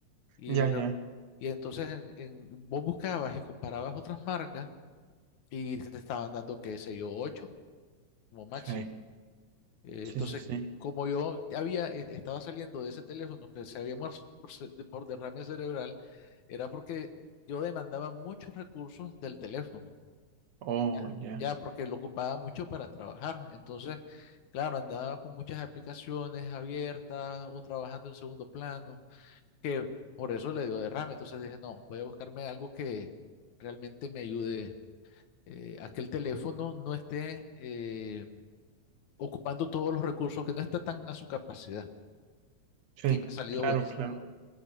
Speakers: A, on the left; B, on the right.
A: y,
B: Ya, ya.
A: re- y entonces en, en- vos buscabas y comparabas otras marcas y te estaban dando, qué sé yo, 8 como máximo.
B: Sí,
A: Eh,
B: sí,
A: entonces,
B: sí, sí.
A: como yo había, eh, estaba saliendo de ese teléfono que se había muerto por, se- de- por derrame cerebral, era porque yo demandaba muchos recursos del teléfono,
B: Oh,
A: ya,
B: ya.
A: ya, porque lo ocupaba mucho para trabajar. Entonces, claro, andaba con muchas aplicaciones abiertas o trabajando en segundo plano, que por eso le dio derrame. Entonces dije, no, voy a buscarme algo que realmente me ayude. eh, a que el teléfono no esté eh, ocupando todos los recursos que no está tan a su capacidad.
B: Sí,
A: Y me ha salido
B: claro,
A: buenísimo.
B: claro.